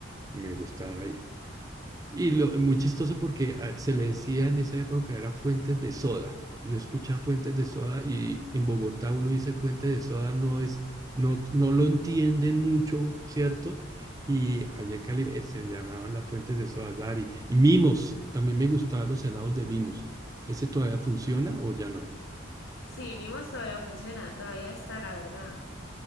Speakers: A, on the right; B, on the left.
A: me gustaba ir. Y lo, muy chistoso porque ah, se le decía en esa época era fuentes de soda. Yo escuchaba fuentes de soda y en Bogotá uno dice fuente de soda, no es, no, no lo entienden mucho, ¿cierto? Y allá en Cali eh, se llamaban las fuentes de soda Dari. Y mimos, también me gustaban los helados de mimos. ¿Ese todavía funciona o ya no?
B: Sí, Mimos todavía funciona, todavía está, la verdad.